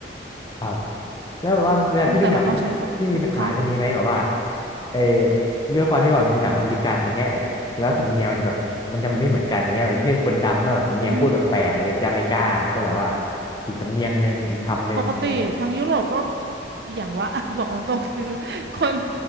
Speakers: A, on the left; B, on the right.
A: ครับครับแล้วแบบว่าเวลาพี่ดูหนังพี่พี่มีปัญหาเรื่องนี้ไหมแบบว่า
B: อืมแต่เราต้องใช้สะคะ
A: เออด้วยความที่แบบดูหนังอเมริกันอย่างเงี้ยแล้วสำเนียงมันจะแบบมันจะไม่เหมือนกันอย่างเงี้ยอย่างเช่นคนดำก็แบบสำเนียงพูดแปลกๆอะไรเงี้ยจาเมกามันก็แบบว่า
B: อือหือ
A: อีกสำเนียงหนึ่งอีกคำหนึ่งอย่างเงี้ย
B: ปกติทางยุโรปก็อกอย่างว่า <laughs> บอกตรงๆคือคน